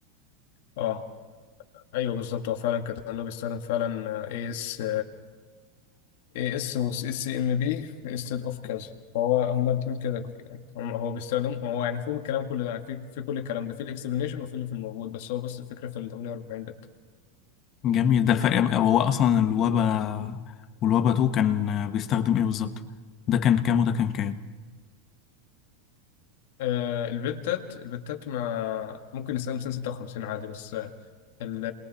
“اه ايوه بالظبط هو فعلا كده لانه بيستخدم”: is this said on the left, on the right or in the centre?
Left